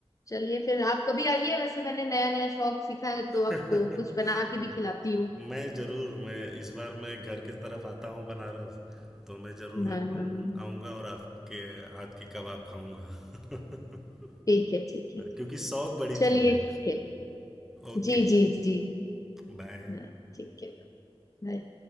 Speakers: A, on the left; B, in the centre.
A: चलिए फिर आप कभी आइए वैसे मैंने नया नया शौक सीखा है
B: <laughs>
A: तो आपको कुछ बना के
B: म-
A: भी खिलाती हूँ
B: मैं ज़रूर मैं इस बार मैं घर के तरफ आता हूँ बनारस तो मैं ज़रूर
A: हाँ
B: लखनऊ
A: हाँ, हाँ।
B: आऊँगा और आपके हाथ की कबाब खाऊंगा <laughs>
A: ठीक है ठीक है
B: क्योंकि शौक बड़ी
A: चलिए
B: चीज़ है
A: ठीक है
B: ओके
A: जी जी जी
B: बाय
A: हाँ ठीक है बाय